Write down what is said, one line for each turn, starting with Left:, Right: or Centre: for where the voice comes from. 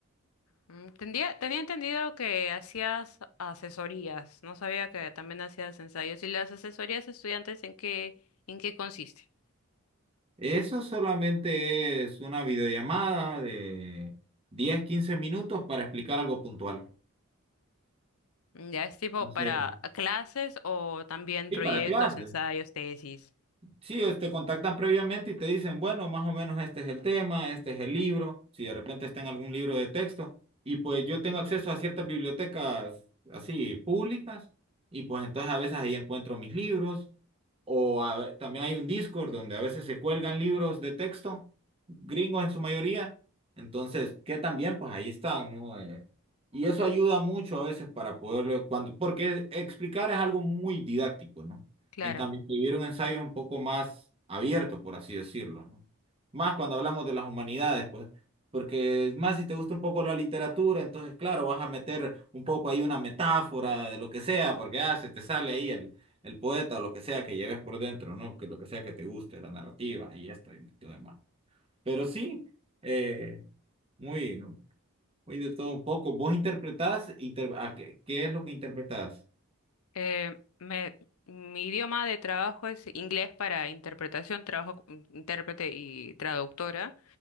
Left: Mm, Tendía, tenía entendido que hacías asesorías, no sabía que también hacías ensayos. ¿Y las asesorías a estudiantes en qué, en qué consiste?
Right: Eso solamente es una videollamada de 10 15 minutos para explicar algo puntual.
Left: Mm, ¿Ya es tipo
Right: Entonces,
Left: para clases o también
Right: sí,
Left: proyectos,
Right: para clases.
Left: ensayos, tesis?
Right: Sí, es- te contactan previamente y te dicen, bueno, más o menos este es el tema, este es el libro, si de repente está en algún libro de texto, y pues yo tengo acceso a ciertas bibliotecas así públicas, y pues entonces a veces ahí encuentro mis libros, o a- también hay un Discord donde a veces se cuelgan libros de texto, gringos en su mayoría. Entonces, que también, pues ahí están, ¿no? Eh, y eso ayuda mucho a veces para poderlo, cuando, porque explicar es algo muy didáctico, ¿no?
Left: Claro.
Right: En cambio, escribir un ensayo es un poco más abierto, por así decirlo, ¿no? Más cuando hablamos de las humanidades, pues. Porque más si te gusta un poco la literatura, entonces claro, vas a meter un poco ahí una metáfora de lo que sea, porque ah, se te sale ahí el, el poeta, lo que sea que lleves por dentro, ¿no? Que lo que sea que te guste, la narrativa y esto y lo demás. Pero sí, eh, muy, muy de todo un poco. ¿Vos interpretás? Inter- a qué, qué es lo que interpretás?
Left: Eh, me- mi idioma de trabajo es inglés para interpretación, trabajo como intérprete y traductora.